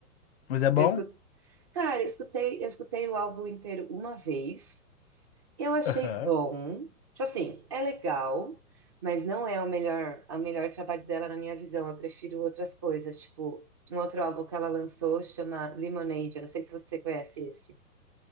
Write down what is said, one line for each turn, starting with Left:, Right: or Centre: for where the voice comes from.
Left: Mas é bom?
Right: Eu escu- Cara, eu escutei, eu escutei o álbum inteiro uma vez. Eu achei
Left: Aham.
Right: bom. Tipo assim, é legal, mas não é o melhor, o melhor trabalho dela na minha visão. Eu prefiro outras coisas, tipo, um outro álbum que ela lançou chama Lemonade. Eu não sei se você conhece esse.